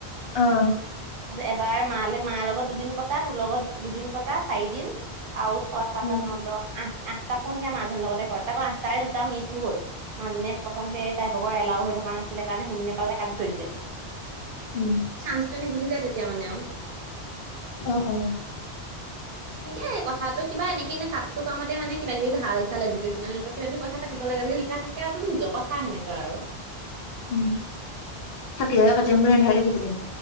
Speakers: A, on the left (about 65°); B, on the right (about 60°).
A: অহ'
B: যে এবাৰ মা মাৰ লগত দুদিন পতা তোৰ লগত দুদিন পতা চাৰিদিন আৰু ছয় সাতটা
A: উম,
B: ন দহ আঠ আঠ তাকো সেয়া মাজনীৰ লগতে কৰা, তাকো আঠটাই তাই দুটা মিচো হ'ল মাজনীয়ে প্ৰথম সেই তাই গ্ৰুপৰ এলাও হৈ থকা নাছিল। কাৰণে শুনি নোপালে কাটি থৈ দিলে।
A: উম,
B: চাঞ্চ টো এনেই গুচি যাই তেত তেতিয়া মানে আও
A: অ' অ'।
B: এনেকেই কথাটো কিবা এনেকেই নে তাতটো কোৱামতে মানে কিবা কিবি ভাল, চাল এডুকেচনেল কিবা কিবি কথা পতিব লাগে বুলি লিখা থাকে আৰু টোৰ নিজৰ কথা সেনেকা আৰু
A: উম থাকি হে পতিম বোৰহে <unintelligible> লাগিব তিম